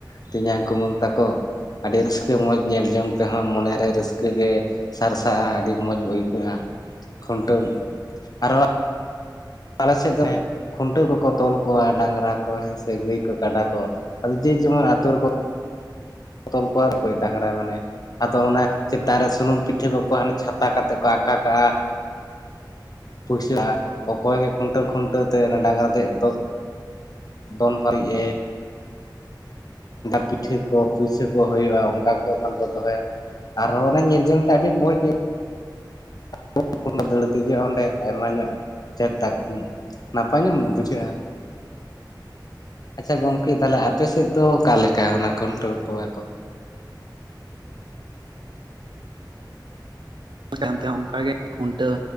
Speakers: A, on the left; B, on the right.
A: ᱛᱤᱧᱟᱝ ᱠᱩᱢᱩᱝ ᱛᱟᱠᱚ, ᱟᱹᱰᱤ ᱨᱟᱹᱥᱠᱟᱹ ᱢᱚᱡᱽ ᱧᱮᱞ ᱡᱚᱝ ᱛᱮᱦᱚᱸ ᱢᱚᱱᱮᱨᱮ ᱨᱟᱹᱥᱠᱟᱹ ᱜᱮ ᱥᱟᱨ ᱥᱟᱜ-ᱟ ᱟᱹᱰᱤ ᱢᱚᱡᱽ ᱟᱹᱭᱠᱟᱹᱜᱼᱟ ᱠᱷᱩᱱᱴᱟᱹᱣ ᱟᱨᱦᱚᱸ ᱟᱞᱮ ᱥᱮᱫ ᱫᱚ ᱦᱮᱸ ᱠᱷᱩᱱᱴᱟᱹᱣ ᱠᱚᱠᱚ ᱛᱚᱞ ᱠᱚᱣᱟ ᱰᱟᱝᱨᱟ ᱠᱚ ᱦᱮᱸ ᱥᱮ ᱜᱟᱹᱭ ᱠᱚ ᱠᱟᱰᱟ ᱠᱚ, ᱟᱫᱚ ᱡᱮ ᱡᱮᱢᱚᱱ ᱟᱛᱳ ᱨᱮᱠᱚ ᱛᱚᱞ ᱠᱚᱣᱟ ᱟᱫ ᱚᱠᱚᱤᱡ ᱰᱟᱝᱨᱟ ᱢᱟᱱᱮ ᱟᱫᱚ ᱚᱱᱮ ᱪᱮᱛᱟᱱ ᱨᱮ ᱥᱩᱱᱩᱢ ᱯᱤᱴᱷᱟᱹ ᱠᱚᱠᱚ ᱦᱟᱱᱮ ᱪᱷᱟᱛᱟ ᱠᱟᱛᱮᱫ ᱠᱚ ᱟᱠᱟ ᱠᱟᱜᱼᱟ᱾ ᱯᱩᱭᱥᱟᱹᱜᱼᱟ ᱚᱠᱚᱭ ᱜᱮ ᱠᱷᱩᱱᱴᱟᱹᱣ ᱠᱷᱩᱱᱴᱟᱹᱣ ᱛᱮ ᱰᱟᱝᱨᱟ ᱫᱮᱡᱚᱜ ᱫᱚᱱ ᱯᱟᱨᱤᱜ ᱮ ᱯᱤᱴᱷᱟᱹ ᱠᱚ ᱯᱩᱭᱥᱟᱹ ᱠᱚ ᱦᱩᱭᱩᱜᱼᱟ ᱚᱱᱠᱟ ᱠᱚ ᱮᱢᱟᱱ ᱠᱚ ᱫᱚᱦᱚᱭᱟ, ᱟᱨ ᱦᱚ ᱚᱱᱟ ᱧᱮᱞ ᱡᱚᱝ ᱛᱮ ᱟᱹᱰᱤ ᱢᱚᱸᱡᱽ <unintelligible> ᱫᱟᱹᱲ ᱫᱮᱡᱚᱜ ᱚᱸᱰᱮ ᱟᱭᱢᱟ ᱧᱚᱜ ᱪᱟᱹᱴ ᱱᱟᱯᱟᱭ ᱧᱚᱜ ᱵᱩᱡᱷᱟᱹᱜᱼᱟ᱾ ᱟᱪᱪᱷᱟ ᱜᱚᱢᱠᱮ ᱛᱟᱦᱚᱞᱮ ᱟᱯᱮ ᱥᱮᱫ ᱫᱚ ᱚᱠᱟᱞᱮᱠᱟ ᱚᱱᱟ ᱠᱷᱩᱱᱴᱟᱹᱣ ᱠᱚᱣᱟ ᱠᱚ?
B: ᱟᱞᱮ ᱚᱱᱛᱮ ᱦᱚᱸ ᱚᱱᱠᱟ ᱜᱮ ᱠᱷᱩᱱᱴᱟᱹᱣ